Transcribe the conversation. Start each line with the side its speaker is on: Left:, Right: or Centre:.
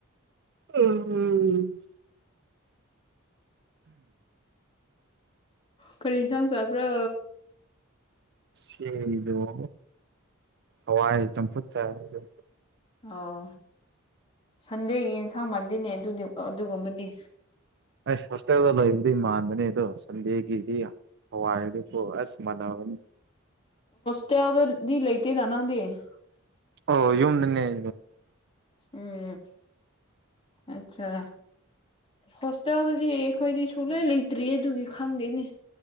Right: ꯎꯝ ꯎꯝ
Left: ꯀꯔꯤꯅ ꯁꯪ ꯆꯕ꯭ꯔ
Right: ꯁꯤꯗꯨꯣ ꯍꯋꯥꯏ ꯆꯝꯐꯨꯠꯇꯗ
Left: ꯑꯣ ꯁꯟꯗꯦꯒꯤ ꯑꯦꯟꯁꯥꯡ ꯃꯥꯟꯗꯦꯅꯦ ꯑꯗꯨꯗꯤ ꯑꯗꯨꯒꯨꯝꯕꯗꯤ
Right: ꯑꯩꯁ ꯍꯣꯁꯇꯦꯜꯗ ꯂꯩꯕꯗꯤ ꯃꯥꯟꯕꯅꯤ ꯑꯗꯣ ꯁꯟꯗꯦꯒꯤꯗꯤ ꯍꯋꯥꯏ ꯑꯣ ꯑꯁ ꯃꯅꯥ ꯑꯃꯅꯤꯅꯤ
Left: ꯇ ꯑꯣꯗꯤ ꯂꯩꯇ ꯔ ꯂꯪꯗ
Right: ꯑꯣ ꯌꯨꯝꯗꯅꯦꯦ
Left: ꯎꯝ ꯑꯆꯥ ꯍꯣꯁꯇꯦꯜꯗꯗꯤ ꯑꯩꯈꯣꯏꯗꯤ ꯁꯨꯡꯛꯂꯩ ꯂꯩꯇ꯭ꯔꯤꯌꯦ ꯑꯗꯨꯒꯤ ꯈꯪꯗꯦꯅꯦ